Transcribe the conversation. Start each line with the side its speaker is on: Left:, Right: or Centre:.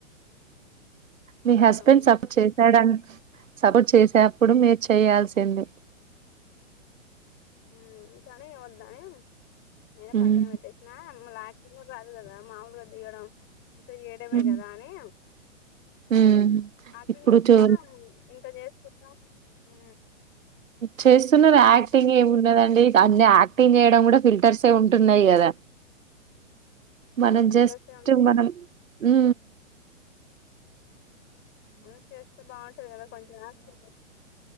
Right: మీ
Left: అవునవును
Right: హస్బెండ్ సప్ చేశాడన్ సపోర్ట్ చేసే అప్పుడు మీరు చేయాల్సింది
Left: ఉమ్ కానీ ఇగ వద్దని నేనే
Right: ఉమ్
Left: పక్కన పెట్టేషిన మ్ లాక్ <unintelligible> రాదు కదా మాములుగా దిగడం ఉత్తగా చేయడమే
Right: ఉమ్
Left: కదా అని
Right: ఉమ్
Left: యాక్టింగ్
Right: ఇప్పుడు
Left: వచ్చినా
Right: చూ
Left: ఇంకా చేస్ <inaudible> హ్
Right: చేస్తున్నరు యాక్టింగ్ ఏమున్నదండి అన్ని యాక్టింగ్ చేయడం కూడా ఫిల్టర్సె ఉంటున్నయి కదా. మనం
Left: ఫిల్టర్స్
Right: జస్ట్
Left: ఉంటాయి
Right: మనం
Left: కానీ
Right: ఉ
Left: హ్ చేస్తే బావుంటది కదా కొంచెం యాక్షను